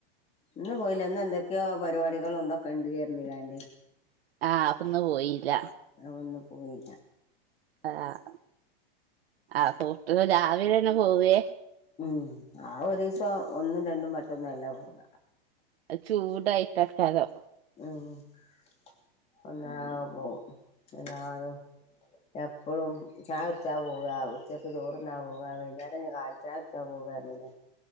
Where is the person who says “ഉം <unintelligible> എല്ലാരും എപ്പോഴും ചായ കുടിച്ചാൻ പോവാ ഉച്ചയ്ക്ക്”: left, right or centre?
Left